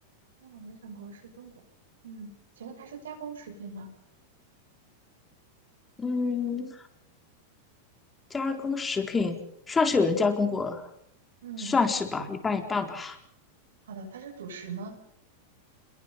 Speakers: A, on the right (about 80°); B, on the left (about 15°).
A: 哦，联想国是中国。嗯，请问它是加工食品吗？
B: 嗯，加工食品算是有人加工过，
A: 嗯嗯，
B: 算是吧，一半一半吧，
A: 好的，它是主食吗？